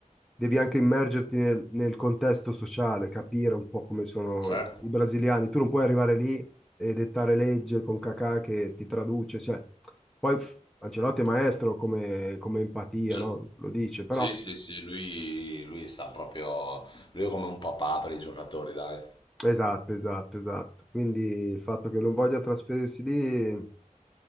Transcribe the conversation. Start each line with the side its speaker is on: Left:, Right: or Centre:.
Centre: devi anche immergerti nel, nel contesto sociale, capire un po' come sono
Left: certo.
Centre: i brasiliani, tu non puoi arrivare lì e dettare legge con Kakà che ti traduce, cioè... Poi Ancelotti è maestro come, come empatia,
Left: Gi-
Centre: no? Lo dice, però
Left: Sì, sì, sì, lui, lui sa proprio, lui è come un papà per i giocatori, dai.
Centre: esatto, esatto, esatto. Quindi il fatto che non voglia trasferirsi lì